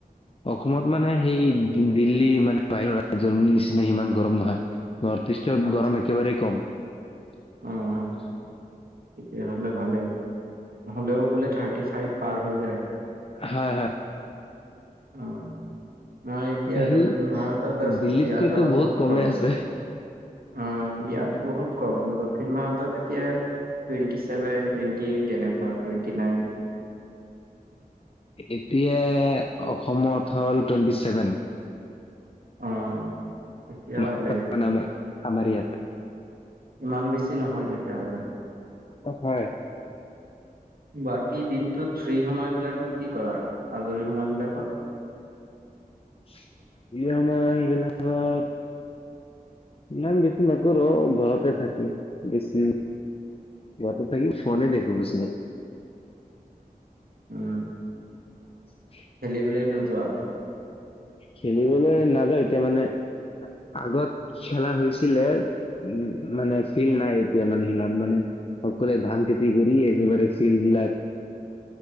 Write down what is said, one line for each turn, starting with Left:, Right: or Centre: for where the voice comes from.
Left: অসমত মানে সেই, দিল্লী মানে বাহিৰৰ ৰাজ্যৰ নিচিনা সিমান গৰম নহয় নৰ্থ ইষ্টত
Right: মই
Left: গৰম একেবাৰেই কম। <inaudible>
Right: অ', তেতিয়াহ'লে ভালেই হ'লেও বোলে থাৰ্টি ফাইভ পাৰ হৈ যায়।
Left: হয় হয়।
Right: অ মই এতিয়া
Left: সি
Right: দক্ষিণ ভাৰতত আছো
Left: দিল্লীতকৈতো
Right: ইয়াত বাৰু বহুত
Left: কমেই
Right: কম।
Left: আছে
Right: অ ইয়াত বহুত কম দক্ষিণ ভাৰতত এতিয়া টুৱেণ্টি ছেভেন, টুৱেন্টি এইট এনেকুৱা টুৱেন্টি নাইন।
Left: এতিয়া অসমত হ'ল টুৱেন্টি ছেভেন।
Right: অ তেতিয়া
Left: <unintelligible>
Right: হ'লে
Left: আমাৰ ইয়াত।
Right: ইমান বেছি নহয় তেতিয়াহলে।
Left: অ হয়।
Right: বাকী দিনটোত ফ্ৰী সময় বিলাকত কি কৰা আজৰি সময় বিলাকত।
Left: <unintelligible> ইম বেছি নকৰো ঘৰতে থাকো বেছি। ঘৰতে থাকি ফনে <unintelligible>
Right: উম
Left: <unintelligible>
Right: খেলিবলে নোযোৱা।
Left: খেলিবলৈ নাযায়ওঁ এতিয়া মানে আগত খেলা হৈছিলে। উ মানে ফিল নাই এতিয়া মানে সিমান মানে সকলোৱে ধাম, খেতি কৰি একেবাৰে
Right: উম,
Left: চিৰি বিলাক।